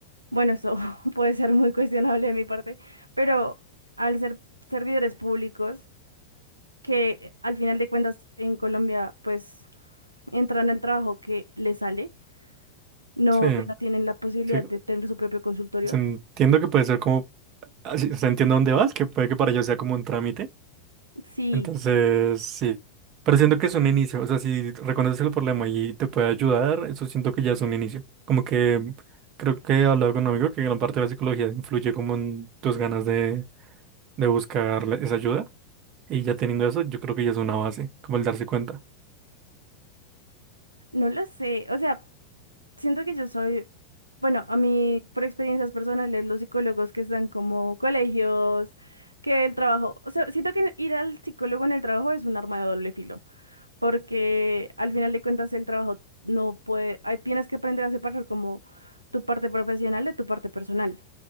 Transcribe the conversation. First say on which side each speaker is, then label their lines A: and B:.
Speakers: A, on the right; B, on the right.
A: Bueno, eso <laughs> puede ser muy cuestionable de mi parte, pero al ser servidores públicos, que al final de cuentas en Colombia pues entran al trabajo que les sale, no
B: Sí,
A: que no tienen la posibilidad
B: sí.
A: de tener su propio consultorio.
B: Se- Entiendo que puede ser como, así- o sea, entiendo dónde vas, que puede que para ellos sea como un trámite
A: Sí,
B: Entonces, sí. Pero siento que es un inicio. O sea, si reconoces el problema y te puede ayudar, eso siento que ya es un inicio. Como que creo que he hablado con un amigo que gran parte de la psicología influye como en tus ganas de, de buscar la- esa ayuda. Y ya teniendo eso, yo creo que ya es una base, como el darse cuenta.
A: no lo sé, o sea, siento que yo soy, bueno, a mí por experiencias personales, los psicólogos que están como colegios, que el trabajo, o sea, siento que ir al psicólogo en el trabajo es un arma de doble filo. porque al final de cuentas el trabajo no puede, ahí tienes que aprender a separar como tu parte profesional de tu parte personal.